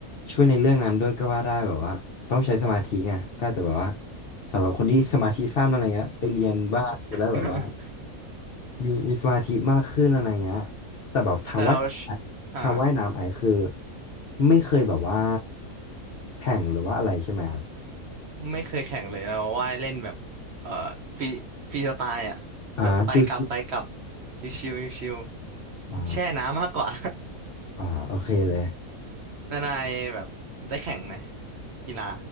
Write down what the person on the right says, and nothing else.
<laughs>
แต่เราอ่า
ไม่เคยแข่งเลยเราว่ายเล่นแบบเอ่อฟรีฟรีสไตล์อ่ะแบบไปกลับไปกลับ
ชิวชิวชิว
ๆแช่น้ำมากกว่า
<laughs> นานายแบบได้แข่งไหมกีฬา